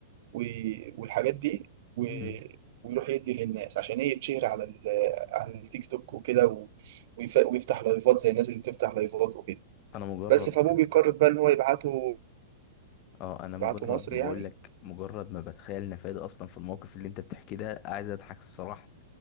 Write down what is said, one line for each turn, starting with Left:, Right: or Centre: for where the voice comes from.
Right: و- والحاجات دي و...
Left: مم.
Right: ويروح يدي للناس عشان ايه يتشهر على ال... على التيك توك وكده و... ويف... ويفتح لايفات زي الناس اللي بتفتح لايفات وكده
Left: انا مجرد
Right: بس فابوه بيقرر بقى ان هو يبعته
Left: اه انا
Right: يبعته
Left: مجرد
Right: مصر
Left: بقول
Right: يعني
Left: لك مجرد ما بتخيل نفادي اصلا في الموقف اللي انت بتحكيه ده عايز اضحك الصراحة